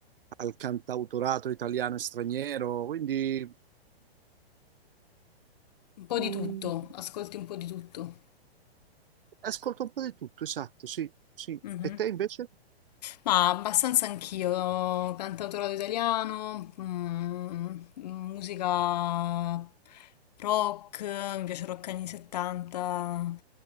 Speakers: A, on the right; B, on the left.
A: al cantautorato italiano e straniero, quindi
B: Un po'
A: mm,
B: di tutto, ascolti un po' di tutto.
A: ascolto un po' di tutto, esatto, sì, sì.
B: Mhm.
A: E te invece?
B: Ma abbastanza anch'io, cantautorato italiano, mm, musica rock, mi piace il rock anni 70,